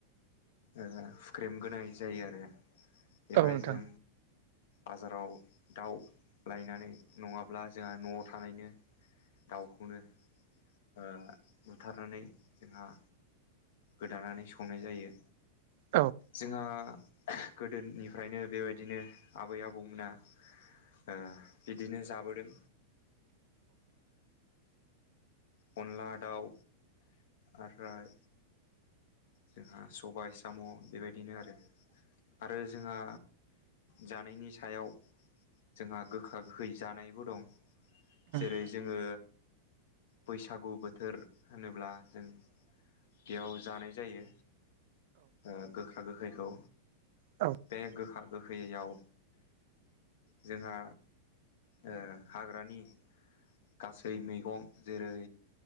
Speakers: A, on the left; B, on the right.
A: ओ हुख्रेमगोनाय जायो आरो
B: औ
A: बेनिफाय
B: नोंथां
A: जों बाजाराव दाउ लायनानै नङाब्ला जोंहा न'आव थानायनो दाउखौनो ओ बुथारनानै जोंहा गोदानानै संनाय जायो
B: औ
A: जोंहा गोदोनिफ्रायनो बेबायदिनो आबै आबौमोना ओ बिदिनो जाबोदों अनला दाउ आफ्राय जोंहा सबाय साम' बेबायदिनो आरो आरो जोंहा जानायनि सायाव जोंहा गोखा गोखै जानायबो दं जेरै
B: औ
A: जोङो बैसागु बोथोर होनोब्ला जों बेयाव जानाय जायो ओ गोखा गोखैखौ
B: औ
A: बे गोखा गोखैयाव जोंहा ओ हाग्रानि गासै मैगं जेरै